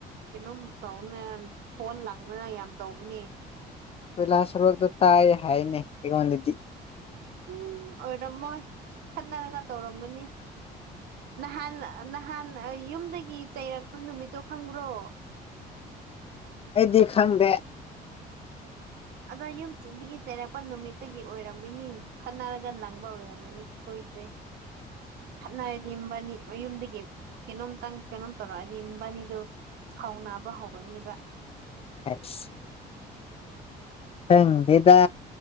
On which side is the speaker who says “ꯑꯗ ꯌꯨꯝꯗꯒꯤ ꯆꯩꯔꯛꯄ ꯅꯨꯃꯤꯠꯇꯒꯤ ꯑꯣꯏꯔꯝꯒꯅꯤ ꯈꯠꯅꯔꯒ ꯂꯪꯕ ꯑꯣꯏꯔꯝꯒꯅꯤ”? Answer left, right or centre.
Right